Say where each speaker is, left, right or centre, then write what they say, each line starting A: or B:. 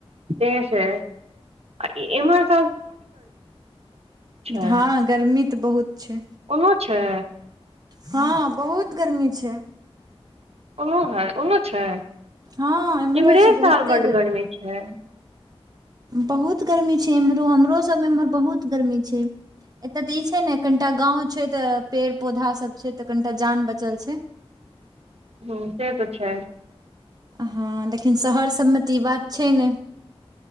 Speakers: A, on the right; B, on the right.
A: तैं से आ ई एम्हर <unintelligible> छै
B: हँ गर्मी तऽ बहुत छै
A: ओनो छै
B: हँ बहुत गर्मी छै
A: ओहो है ओहो छै
B: हँ इम्हरो
A: इम्हरे
B: छै
A: साल
B: बहुते
A: बड्ड गर्मी छै
B: बहुत गर्मी छै एम्हरो हमरोसभ एम्हर बहुत गर्मी छै एतय तऽ ई छै ने कनिटा गाँव छै तऽ पेड़ पौधा सभ छै तऽ कनिटा जान बचल छै
A: ह से तऽ छै
B: हँ लेकिन शहर सभमे तऽ ई बात छै ने